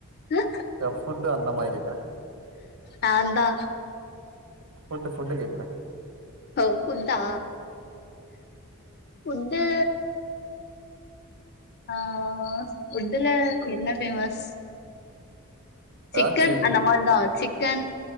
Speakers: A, on the left; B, on the right.
A: அ
B: ஏ ஃபுட்டு அந்த மாரி கேக்குற
A: நாந்தா
B: ஃபுட்டு ஃபுட்டு கேக்குற
A: அ ஃபுட்டா ஃபுட்டு ஆ ஃபுட்டுல என்ன ஃபேமஸ் சிக்கன்
B: ஏதாச்சி
A: அந்த மார்தா சிக் கன்